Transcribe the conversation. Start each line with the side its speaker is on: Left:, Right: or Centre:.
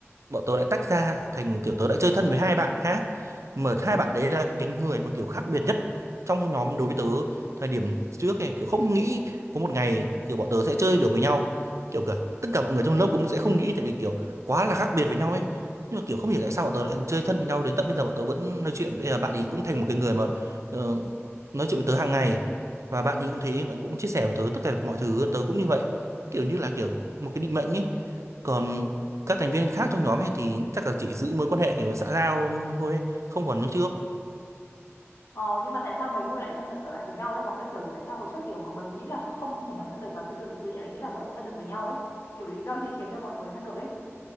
Right: bọn tớ lại tách ra thành kiểu tớ đã chơi thân với hai bạn khác mà hai bạn đấy là cái người mà kiểu khác biệt nhất trong nhóm đối với tớ thời điểm trước này kiểu không nghĩ có một ngày kiểu bọn tớ sẽ chơi được với nhau kiểu cả tất cả mọi người trong lớp cũng sẽ không nghĩ tại vì kiểu quá là khác biệt với nhau ấy nhưng mà kiểu không hiểu tại sao bọn tớ lại chơi thân với nhau đến tận bây giờ bọn tớ vẫn nói chuyện bây giờ bạn ấy cũng thành một cái người mà ờ, nói chuyện với tớ hàng ngày và bạn ấy cũng thế bạn cũng chia sẻ với tớ tất cả mọi thứ tớ cũng như vậy kiểu như là kiểu một cái định mệnh ấy còn các thành viên khác trong nhóm ấy thì chắc là chỉ giữ mối quan hệ kiểu xã giao thôi ấy, không còn như trước
Left: Ờ, nhưng mà tại sao mấy người lại thân được lại với nhau ấy? Có nghĩa là kiểu tại sao hồi trước kiểu mọi người nghĩ là không thể nói thân được mà bây giờ tự nhiên lại nghĩ là có thể thân được với nhau ấy. Kiểu lý do gì khiến cho mọi người thân được ấy?